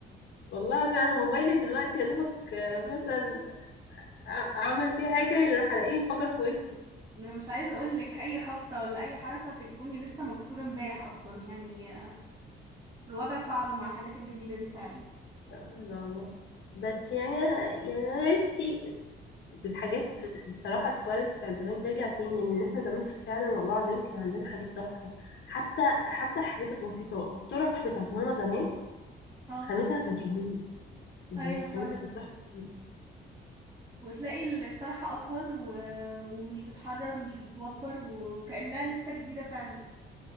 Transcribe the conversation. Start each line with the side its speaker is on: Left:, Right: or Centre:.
Left: والله العظيم انا موبايلي دلوقتي يا دوبك آه، مثلا أع- اعمل فيه حاجه يروح الاقيه انفجر في وشي
Right: انا مش عايزه اقول لك اي خبطه ولا اي حركه تليفوني لسه مكسور امبارح اصلا يعني الوضع صعب مع الحاجات الجديده دي فعلا
Left: سبحان الله بس يعني أنا- يعني انا نفسي الحاجات بصراحه الكواليتي بتاع زمان ترجع تاني لان احنا زمان فعلا والله العظيم كان عندنا حاجات تحفه حتى حتى الحاجات البسيطه الطرح بتاعت ماما زمان
Right: اه
Left: خامتها كانت رهيبه يعني
Right: ايوه فعلا
Left: خامتها كانت تحفه يعني
Right: وتلاقي الطرحه اطول و... ومش بتحرر مش بتوبر و... وكانها لسه جديده فعلا